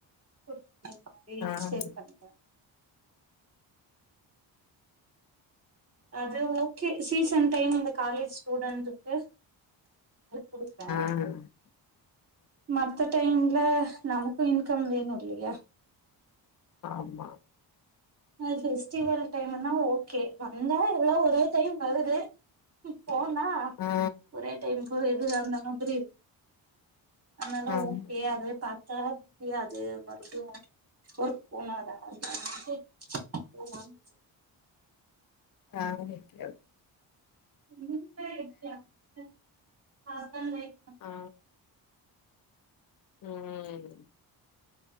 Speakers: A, on the right; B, on the left.
A: குர்த்தா மாரி
B: ஆ
A: சேல் பண்றே அது ஓகே சீசன் டைம்ல இந்த காலேஜ் ஸ்டுடென்ட்டுக்கு குடுப்பே
B: ஆ
A: மத் த டைம்ல நமக்கு இன்கம் வேணு இல்லையா
B: ஆமா
A: ஆ ஃபெஸ்டிவல் டைமுன்னா ஓகே வந்தா எல்லா ஒரே டைம் வருது போனா
B: ஆ
A: ஒரே டைம் போயிருதில்ல அந்த மாதிரி அதனால
B: ஆமா
A: ஓகே அதுவே பா த்தா முடியாது மறுபடியு ஒர்க் போனாதா அப்டினு போலான்னு
B: ஆ ஓகே ஓ
A: <unintelligible>
B: ஆ ம்